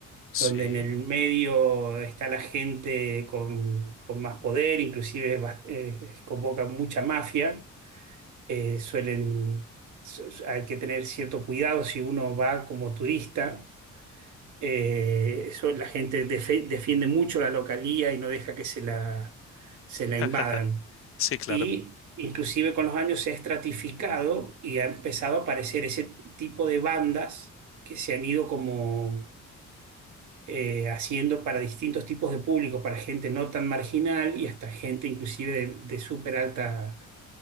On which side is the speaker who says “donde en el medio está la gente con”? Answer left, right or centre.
Right